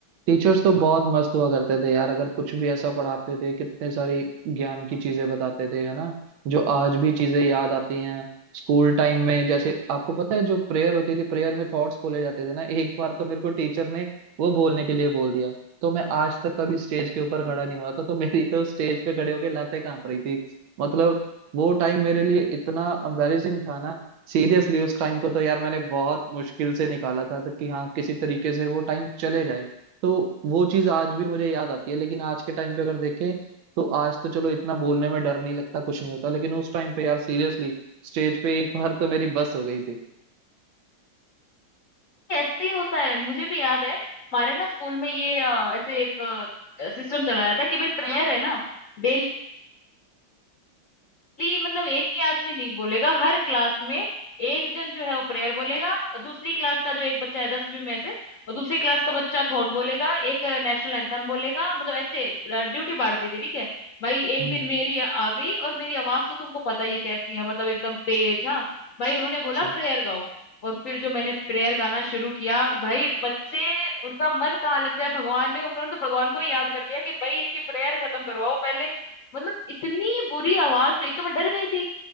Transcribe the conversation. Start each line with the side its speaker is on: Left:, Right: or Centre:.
Right: टीचर्स तो बहुत मस्त हुआ करते थे यार अगर कुछ भी ऐसा पढ़ाते थे कितने सारी ज्ञान की चीजें बताते थे है ना जो आज भी चीजें याद आती हैं स्कूल टाइम में जैसे आपको पता है जो प्रेयर होती थी प्रेयर में थॉट्स बोले जाते थे ना एक बार तो मेरे को टीचर ने वो बोलने के लिए बोल दिया तो मैं आज तक कभी स्टेज के ऊपर
Left: हम्म।
Right: खड़ा नहीं हुआ था तो मेरी तो स्टेज पे खड़े होके लातें कांप रही थी मतलब वो टाइम मेरे लिए इतना एम्बेरेसिंग था ना सीरियसली उस टाइम को तो यार मैंने बहुत मुश्किल से निकाला था तो कि हाँ किसी तरीके से वो टाइम चले जाए तो वो चीज आज भी मुझे याद आती है लेकिन आज के टाइम पे अगर देखें तो आज तो चलो इतना बोलने में डर नहीं लगता कुछ नहीं होता लेकिन उस टाइम पे यार सीरियसली स्टेज पे एक बार तो मेरी बस हो गई थी
Left: ऐसे ही होता है मुझे भी याद है हमारे ना स्कूल में ये अ, ऐसे एक सिस्टम चलाया था कि भाई प्रेयर है ना डेली खाली मतलब एक ही आदमी नहीं बोलेगा हर क्लास में एक जन जो है वो प्रेयर बोलेगा दूसरी क्लास का जो एक बच्चा है दसवीं में से और दूसरी क्लास का बच्चा थॉट बोलेगा एक नेशनल एंथम बोलेगा मतलब ऐसे ड्यूटी बांट दी थी ठीक है भाई एक
Right: हम्म
Left: दिन मेरी आ गई और मेरी आवाज तो तुमको पता ही है कैसी है मतलब एकदम तेज हाँ भाई उन्होंने बोला
Right: जी
Left: प्रेयर गाओ और फिर जो मैंने प्रेयर गाना शुरू किया भाई बच्चे उनका मन कहाँ लग जाए भगवान में उन्होंने तो भगवान को ही याद कर लिया कि भाई इसकी प्रेयर खत्म करवाओ पहले मतलब इतनी बुरी आवाज में एक तो मैं डर गई थी